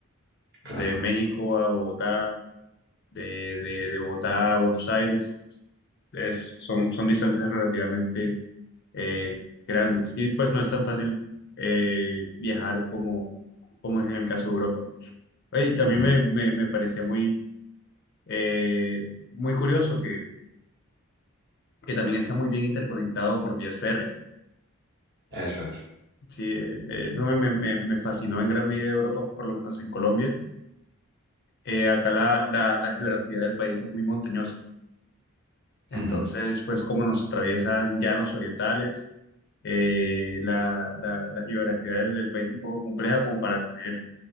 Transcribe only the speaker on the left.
de México a Bogotá, de, de, de Bogotá a Buenos Aires, es- son, son distancias relativamente eh, grandes y pues no es tan fácil eh, viajar como, como es en el caso de Europa. Oye, a mí
me, me, me parecía muy, eh, muy curioso que, que también está muy bien interconectado por vías férreas.
Sí, eh, eso me, me- me fascinó en gran medida de Europa, por lo menos en Colombia. Eh, acá la, la- la geografía del país es muy montañosa. Entonces,
pues como nos atraviesan llanos orientales, eh, la, la- la geografía del, del país es un poco compleja como para tener